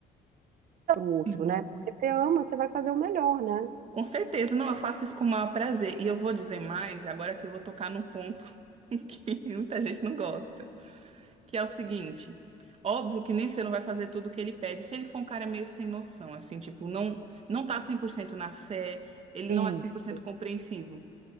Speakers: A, on the right; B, on the right.
A: pro outro,
B: Sim.
A: né? Porque você ama, você vai fazer o melhor, né?
B: Com certeza, não, eu faço isso com o maior prazer. E eu vou dizer mais, agora que eu vou tocar num ponto <laughs> que muita gente não gosta, que é o seguinte: óbvio que nem você não vai fazer tudo o que ele pede. Se ele for um cara meio sem noção, assim, tipo, não, não tá 100% na fé, ele
A: Isso.
B: não é 100% compreensivo.